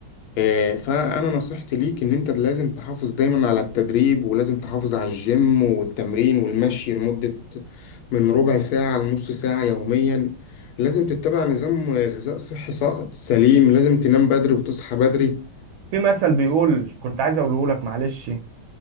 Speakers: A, on the left (about 80°); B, on the right (about 75°).
A: آه، فأنا نصيحتي ليك إن أنت لازم تحافظ دايما على التدريب ولازم تحافظ على الجيم والتمرين والمشي لمدة من ربع ساعة لنص ساعة يوميا لازم تتبع نظام غذاء صحي ص- سليم لازم تنام بدري وتصحى بدري
B: في مثل بيقول كنت عايز اقوله لك معلش